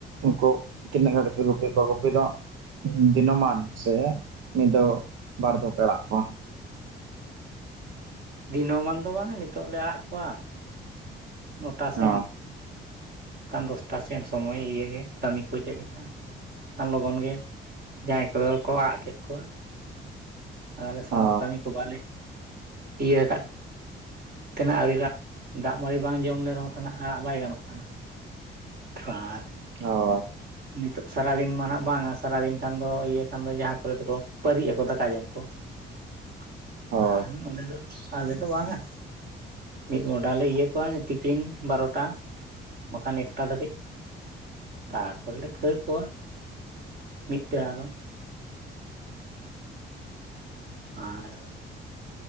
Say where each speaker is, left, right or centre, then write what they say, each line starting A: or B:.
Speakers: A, on the right; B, on the right.
A: ᱩᱱᱠᱩ ᱛᱤᱱᱟᱹᱜ ᱜᱟᱲᱤᱡ ᱯᱮ ᱜᱩᱯᱤ ᱠᱚᱣᱟ ᱜᱩᱯᱤ ᱫᱚ ᱫᱤᱱᱟᱹᱢᱟᱱ ᱥᱮ ᱢᱤᱫ ᱫᱷᱟᱹᱣ ᱵᱟᱨ ᱫᱷᱟᱹᱣ ᱯᱮ ᱟᱲᱟᱜ ᱠᱚᱣᱟ
B: ᱫᱤᱱᱟᱹᱢᱟᱱ ᱫᱚ ᱵᱟᱝᱟ ᱱᱤᱛᱚᱜ ᱞᱮ ᱟᱲᱟᱜ ᱠᱚᱣᱟ ᱱᱚᱴᱟ ᱥᱮᱱ
A: ᱚ
B: ᱚᱱᱠᱟᱱ ᱫᱚᱥᱴᱟ ᱥᱮᱱ ᱥᱚᱢᱚᱭ ᱤᱭᱮ ᱜᱮ ᱠᱟᱹᱢᱤ ᱠᱚ ᱪᱮᱫ ᱞᱮᱠᱟ ᱟᱱ ᱞᱚᱜᱚᱱ ᱜᱮ ᱡᱟᱦᱟᱭ ᱠᱚᱫᱚ ᱠᱚ ᱟᱲᱟᱜ ᱠᱮᱫ ᱠᱚᱣᱟ ᱟᱞᱮ ᱥᱚᱢᱚᱡ
A: ᱚ
B: ᱠᱟᱹᱢᱤ ᱠᱚ ᱵᱟᱞᱮ ᱤᱭᱟᱹ ᱟᱠᱟᱫ ᱛᱮᱱᱟᱜ ᱟᱜᱮ ᱫᱟᱜ ᱢᱟᱹᱲᱤ ᱵᱟᱝ ᱡᱚᱢ ᱞᱮᱱ ᱨᱮᱦᱚᱸ ᱛᱟᱦᱮᱱᱟᱜ ᱟᱲᱟᱜ ᱵᱟᱭ ᱜᱟᱱᱚᱜ ᱠᱟᱱᱟ ᱾ ᱟᱱ
A: ᱦᱳᱭ ᱾
B: ᱱᱤᱛᱚᱜ ᱥᱟᱨᱟᱫᱤᱱ ᱢᱟ ᱱᱟᱜ ᱵᱟᱝᱟ, ᱥᱟᱨᱟᱫᱤᱱ ᱠᱷᱟᱱ ᱫᱚ ᱤᱭᱟᱹ ᱠᱷᱟᱱ ᱫᱚ ᱡᱟᱦᱟᱸ ᱠᱚᱨᱮ ᱫᱚᱠᱚ ᱯᱟᱹᱨᱤᱜ ᱟᱠᱚ ᱫᱟᱠᱟ ᱡᱚᱢ ᱠᱚ ᱾
A: ᱦᱳᱭ
B: ᱟᱨ ᱱᱟᱰᱮᱫᱚ, ᱟᱞᱮᱫᱚ ᱵᱟᱝᱟ ᱢᱤᱫ ᱢᱚᱦᱰᱟ ᱞᱮ ᱤᱭᱟᱹ ᱠᱚᱣᱟ ᱛᱤᱠᱤᱱ ᱵᱟᱨᱚᱴᱟ ᱵᱟᱠᱷᱟᱱ ᱮᱠᱴᱟ ᱫᱷᱟᱹᱵᱤᱡ ᱛᱟᱨ ᱯᱚᱨᱮᱞᱮ ᱠᱷᱟᱹᱲ ᱠᱚᱣᱟ ᱢᱤᱛᱛᱮ ᱟᱫᱚ ᱟᱨ